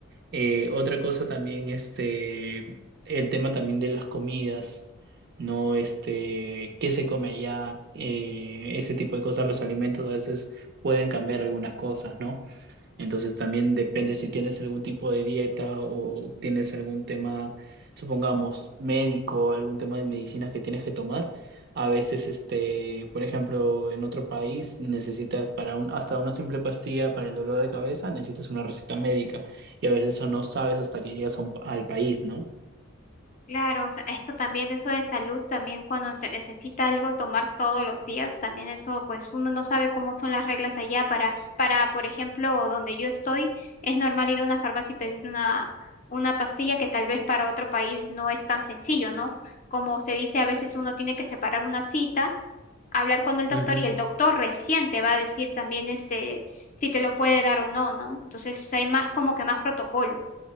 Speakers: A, on the right (about 50°); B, on the left (about 35°).
A: Eh, otra cosa también, este, el tema también de las comidas, ¿no? Este, qué se come allá, eh, ese tipo de cosas, los alimentos a veces pueden cambiar algunas cosas, ¿no? Entonces también depende si tienes algún tipo de dieta o tienes algún tema, supongamos, médico, algún tema de medicinas que tienes que tomar. A veces, este, por ejemplo, en otro país necesitas para un, hasta una simple pastilla para el dolor de cabeza, necesitas una receta médica y a veces eso no sabes hasta que llegas a un pa- al país, ¿no?
B: Claro, o sea, esto también, eso de salud, también cuando se necesita algo tomar todos los días, también eso, pues uno no sabe cómo son las reglas allá para, para, por ejemplo, donde yo estoy, es normal ir a una farmacia y pedir una, una pastilla que tal vez para otro país no es tan sencillo, ¿no? Como se dice, a veces uno tiene que separar una cita, hablar con el doctor
A: Ujú.
B: y el doctor recién te va a decir también este, si te lo puede dar o no, ¿no? Entonces hay más como que más protocolo.